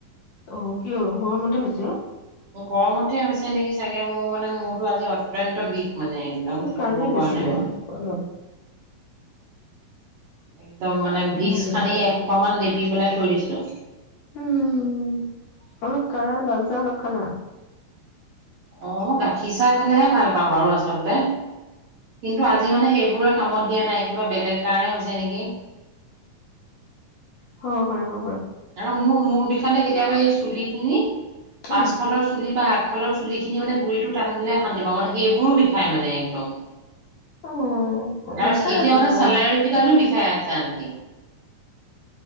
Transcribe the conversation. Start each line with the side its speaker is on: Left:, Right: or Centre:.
Left: অ কিয় গৰমতে হৈছে।
Right: গৰমতে হৈছে নেকি চাগে মোৰ মানে মূৰতো আজি অত্যন্ত বিষ মানে একদম
Left: মোৰ
Right: থাকিব
Left: কালি
Right: পৰা
Left: হৈছিলে
Right: নাই মই।
Left: অলপ
Right: একদম মানে ভিক্স
Left: ভাটিবেলা
Right: সানি
Left: টাইমত
Right: এসোপ মান লেপি পেলাই থৈ দিছো। যা
Left: উম অলপ কানা লাল চাহ অলপ খানা <unintelligible>
Right: অ গাখীৰ চাহ খালা নাই। পাবাৰু আচলতে কিন্তু আজি মানে সেইবোৰে কামত দিয়া নাই কিবা বেলেগ কাৰণে হৈছে নেকি।
Left: হ হয় অ
Right: আৰু মোৰ মোৰ বিষয়ে লৈ কিবা কৈছে। চুলিখিনি পাছফালৰ
Left: উম
Right: চুলি <unintelligible> বা আঠ ফালৰ চুলি খিনি মানে গুৰিতটো টান দিলে শান্তি পাওঁ মানে সেইবোৰো বিষাই মানে একদম
Left: অ বিষাই
Right: আৰু এতিয়া
Left: কিবা
Right: মানে চেলাউৰি কেইটানো বিষাই আছে। শান্তি